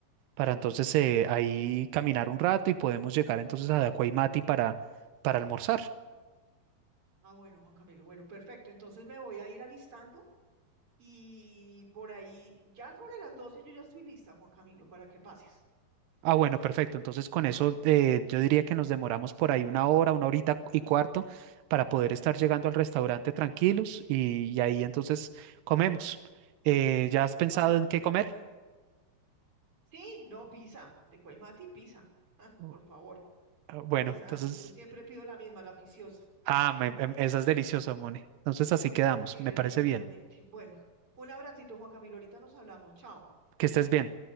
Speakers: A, on the right (about 85°); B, on the right (about 30°).
A: para entonces eh, ahí caminar un rato y podemos llegar entonces a Dacuaymati para, para almorzar.
B: Ah, bueno, Juan Camilo. Bueno, perfecto. Entonces me voy a ir alistando y por ahí, ya sobre las 12 yo ya estoy lista, Juan Camilo, para que pases.
A: Ah, bueno, perfecto. Entonces con eso eh, yo diría que nos demoramos por ahí una hora, una horita y cuarto para poder estar llegando al restaurante tranquilos y, y ahí entonces comemos. Eh, ¿ya has pensado
B: Bueno,
A: en qué comer?
B: bueno. Sí, no, pizza. De Cuaymati, pizza. Ah,
A: Bu-
B: por favor.
A: ah, Bueno,
B: Esa,
A: entonces...
B: yo siempre pido la misma, la oficiosa.
A: Ah, me-
B: No,
A: em- esa es deliciosa, Moni. Entonces así quedamos.
B: sí,
A: Me
B: definitivamente.
A: parece bien.
B: Bueno, un abracito, Juan Camilo. Ahorita nos hablamos. Chao.
A: Que estés bien.